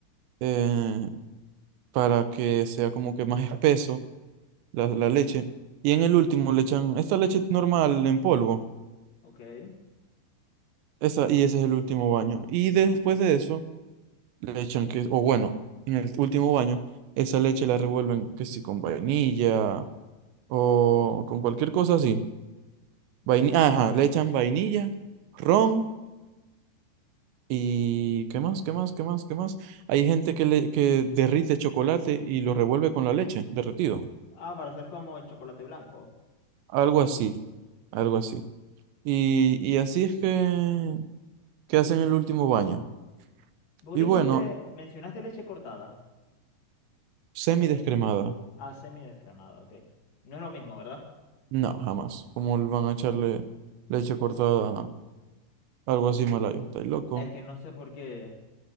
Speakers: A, on the right; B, on the left.
A: eh, para que sea como que más espeso la, la leche. Y en el último le echan esta leche normal en polvo.
B: ok.
A: Esa, y ese es el último baño. Y después de eso le echan que, o bueno, en el último baño, esa leche la revuelven que si con vainilla o con cualquier cosa así. Vainilla,
B: Mm.
A: ajá, le echan vainilla, ron y ¿qué más? ¿Qué más? ¿Qué más? ¿Qué más? Hay gente que le que derrite chocolate y lo revuelve con la leche, derretido.
B: Ah, para hacer como el chocolate blanco.
A: Algo así, algo así. Y, y así es que, que hacen el último baño.
B: Vos
A: Y
B: dijiste,
A: bueno,
B: mencionaste leche cortada.
A: semi
B: O
A: descremada.
B: es ah, semidescremada, ok. No es lo mismo, ¿verdad?
A: No, jamás. ¿Cómo le van a echarle leche cortada? Algo así malayo. ¿Estáis loco?
B: Es que no sé por qué